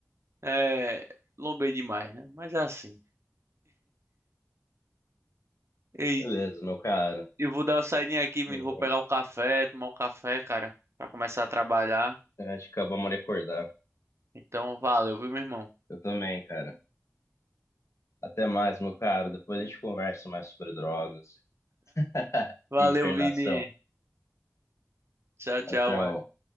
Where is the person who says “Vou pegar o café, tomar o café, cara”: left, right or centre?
Right